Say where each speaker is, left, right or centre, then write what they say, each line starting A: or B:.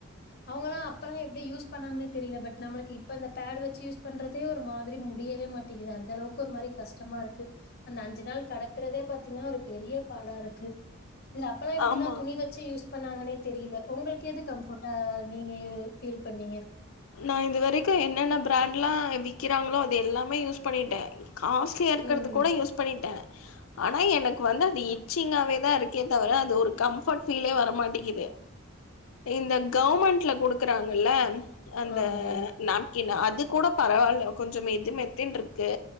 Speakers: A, on the left (about 45°); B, on the left (about 70°).
A: அவங்கல்லா அப்பெல்லா எப்பிடி யூஸ் பண்ணாங்கன்னே தெரியல பட் நம்மளுக்கு இப்ப அந்த பேட் வச்சி யூஸ் பண்றதே ஒரு மாதிரி முடியவேமாட்டேங்குது அந்த அளவுக்கு ஒரு மாரி கஷ்டமா இருக்கு அந்த அஞ்சு நாள் கடக்குறதே பாத்தீங்கன்னா ஒரு பெரிய பாடா இருக்கு இதுல அப்போல்லா இப்டிதா
B: ஆமா
A: துணி வெச்சு யூஸ் பன்னாங்கனே தெரியில உங்களுக்கு எது கம்ஃபர்ட்டா நீங்க ஃபீல் பண்ணீங்க
B: நா இது வரைக்கு என்னென்ன பிராண்ட்லா விக்கிறாங்களோ அது எல்லாமே யூஸ் பண்ணிட்ட காஸ்ட்லியா இருக்குறது
A: ம்
B: கூட யூஸ் பண்ணிட்ட ஆனா எனக் கு வந்து அது இச்சிங்காவே தா இருக்கே தவுர அது ஒரு கம்பர்ட் ஃபிலே வர மாட்டிங்குது இந்த கவர்மெண்ட்ல குடுக்குறாங்கல்ல அந்த
A: ஆமா
B: நேப்கின் அது கூட பரவால்ல கொஞ்சோ மெதுமெத்துனு இருக்கு